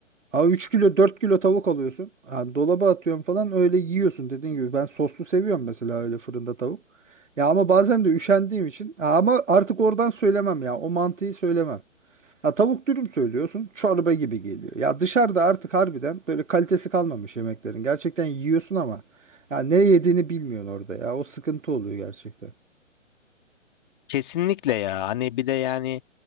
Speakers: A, on the right; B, on the left.
A: Aa 3 kilo 4 kilo tavuk alıyorsun. Ha, dolaba atıyorsun falan öyle yiyorsun dediğin gibi. Ben soslu seviyorum mesela öyle fırında tavuk. Ya ama bazen de üşendiğim için Ha, ama artık oradan söylemem ya o mantıyı söylemem. Ha tavuk dürüm söylüyorsun çorba gibi geliyor. Ya dışarıda artık harbiden böyle kalitesi kalmamış yemeklerin. Gerçekten yiyorsun ama ya ne yediğini bilmiyorsun orada ya o sıkıntı oluyor gerçekten.
B: Kesinlikle ya. Hani bir de yani